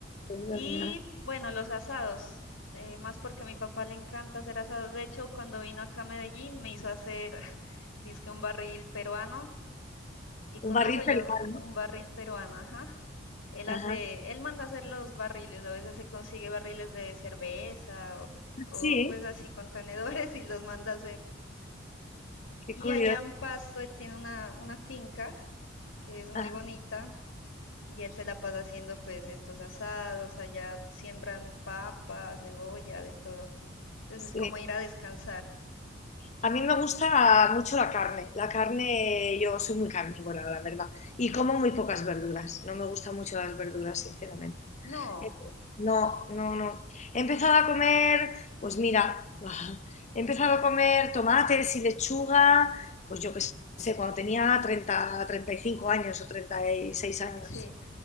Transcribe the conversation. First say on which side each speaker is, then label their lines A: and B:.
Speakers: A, on the left; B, on the left.
A: es verdad.
B: y bueno, los asados, eh, más porque a mi papá le encanta hacer asados, de hecho cuando vino acá a Medellín me hizo hacer, <laughs> dizque un barril peruano y con
A: Un barril
B: eso yo,
A: peruano.
B: un barril peruano, ajá. Él
A: Ajá.
B: hace, él manda hacer los barriles, a veces se consigue barriles de cerveza o, o,
A: Sí,
B: pues así contenedores <laughs> y los manda hacer.
A: qué
B: Y
A: curioso.
B: allá en Pasto él tiene una, una finca que es muy
A: Ajá,
B: bonita y él se la pasa haciendo pues estos asados, allá siembran papa, cebolla, de todo. Entonces
A: sí.
B: es como ir a descansar.
A: A mí me gusta mucho la carne. La carne, yo soy muy carnívora, la verdad. Y como muy pocas verduras. No me gustan mucho las verduras, sinceramente.
B: No,
A: Empe- No, no, no. He empezado a comer, pues mira, <laughs> he empezado a comer tomates y lechuga, pues yo qué sé, cuando tenía treinta, treinta y cinco años o 36 años.
B: sí.